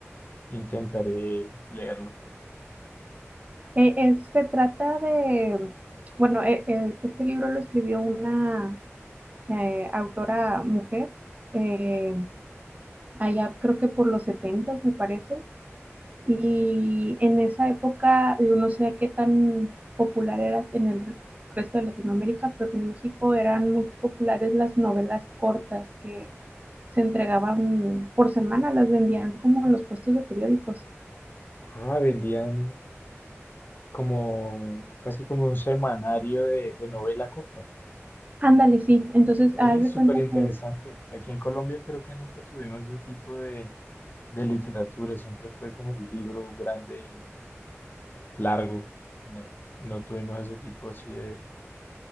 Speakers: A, on the left; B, on the right.
A: intentaré leerlo.
B: Eh, es, se trata de, bueno, eh, eh, este libro lo escribió una eh, autora mujer, eh, allá creo que por los setentas me parece, y en esa época, yo no sé qué tan popular era en el resto de Latinoamérica, pero en México eran muy populares las novelas cortas que se entregaban por semana, las vendían como en los puestos de periódicos.
A: Ah, vendían como casi como un semanario de, de novela corta.
B: Ándale, sí. Entonces,
A: Ve,
B: haz de
A: súper
B: cuenta
A: interesante.
B: que,
A: Aquí en Colombia creo que nunca tuvimos ese tipo de, de literatura. Siempre fue como el libro grande y largo. No, no tuvimos ese tipo así de,